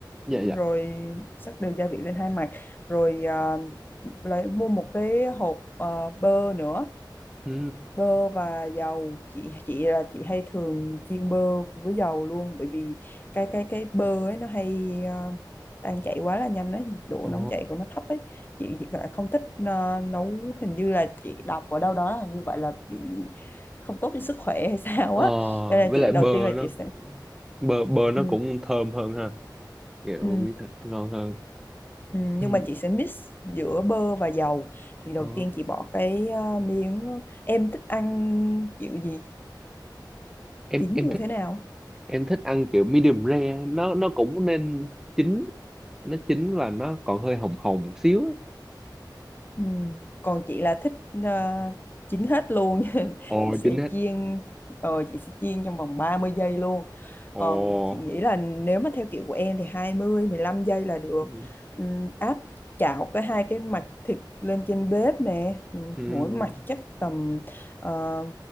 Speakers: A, in the centre; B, on the left.
A: dạ, dạ.
B: rồi sắc đều gia vị lên hai mặt rồi ờ, lấy mua một cái hộp ờ, bơ nữa
A: Ừ.
B: bơ và dầu chị chị là chị hay thường chiên bơ với dầu luôn bởi vì cái cái cái bơ ấy nó hay ờ, tan chảy quá là nhanh ấy nhiệt độ
A: Ồ.
B: nóng chảy của nó thấp ấy chị chị lại không thích ờ, nấu hình như là chị đọc ở đâu đó là như vậy là bị không tốt cho sức khỏe hay <laughs> sao
A: Ờ,
B: á cho nên là
A: với
B: chị
A: lại bơ
B: đầu tiên là
A: nó
B: chị sẽ
A: cũng- bơ bơ nó
B: ừ,
A: cũng thơm hơn ha. Kiểu
B: ừ,
A: miếng thịt ngon hơn.
B: ừ, nhưng
A: Ừ.
B: mà chị sẽ mix giữa bơ và dầu thì đầu
A: Ờ.
B: tiên chị bỏ cái ờ, miếng em thích ăn kiểu gì
A: Em
B: chín
A: em
B: như
A: thích
B: thế nào
A: em thích ăn kiểu medium rare, nó nó cũng nên chín, nó chín và nó còn hơi hồng hồng một xíu. á.
B: Ừ. Còn chị là thích ờ, chín hết luôn <laughs>
A: Ồ
B: chị sẽ
A: chín hết.
B: chiên ờ, chị sẽ chiên trong vòng 30 giây luôn
A: Ồ.
B: còn chị nghĩ là nếu mà theo kiểu của em thì hai mươi mười lăm giây là được
A: Ừ.
B: Ừm, áp chảo cái hai cái mặt thịt lên trên bếp nè Ừm,
A: Ừ.
B: mỗi mặt chắc tầm uh,